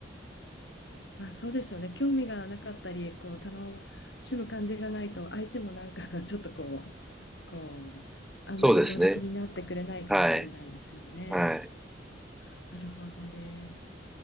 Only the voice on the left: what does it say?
まあそうですよね。興味がなかったり、こう楽しむ感じがないと、相手もなんか <laughs> ちょっとこう、こう、あまり乗り気になってくれないかもしれないですよね。
なるほどです。